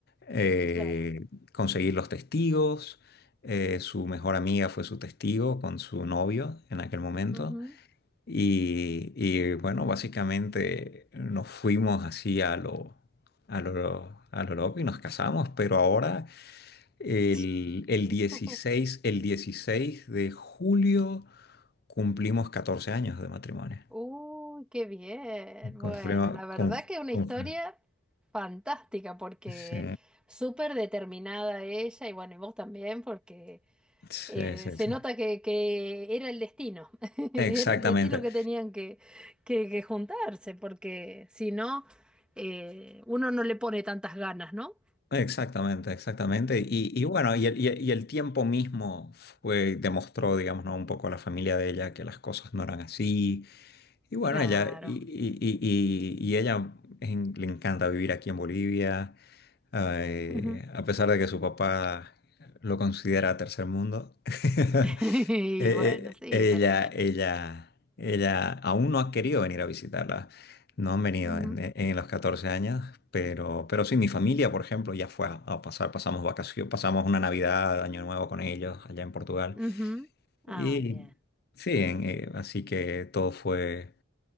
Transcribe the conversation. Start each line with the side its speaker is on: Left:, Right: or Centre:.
Left: eh,
Centre: claro.
Left: conseguir los testigos, eh, su mejor amiga fue su testigo con su novio en aquel momento,
Centre: Ujú,
Left: y, y bueno, básicamente nos fuimos así a lo, a lo, a lo loco y nos casamos, pero ahora... El,
Centre: sí. <laughs>
Left: el 16 el 16 de julio cumplimos 14 años de matrimonio.
Centre: Uy, qué bien. Bueno,
Left: confirma
Centre: la verdad
Left: cum-
Centre: que una
Left: cum-
Centre: historia fantástica porque
Left: sí,
Centre: súper determinada ella y bueno, y vos también porque
Left: sí,
Centre: eh,
Left: sí,
Centre: se
Left: sí.
Centre: nota que, que era el destino, <laughs> era
Left: Exactamente,
Centre: el destino que tenían que, que, que juntarse porque si no, eh, uno no le pone tantas ganas, ¿no?
Left: exactamente, exactamente. Y, y bueno, y el, y el- y el tiempo mismo fue, demostró, digamos, ¿no? un poco a la familia de ella que las cosas no eran así. Y bueno,
Centre: Claro.
Left: ella, y, y, y, y- y ella en- le encanta vivir aquí en Bolivia. Ay,
Centre: Ujú. <laughs>
Left: a pesar de que su papá lo considera tercer mundo, <laughs>
Centre: Y
Left: eh,
Centre: bueno, sí,
Left: eh,
Centre: pero...
Left: ella, ella, ella aún no ha querido venir a visitarla. No han venido
Centre: ujú,
Left: en, en los 14 años, pero, pero sí, mi familia, por ejemplo, ya fue a, a pasar, pasamos vacaciones, pasamos una Navidad, Año Nuevo con ellos allá en Portugal.
Centre: ujú. Ah,
Left: Y
Centre: bien.
Left: sí, en- eh, así que todo fue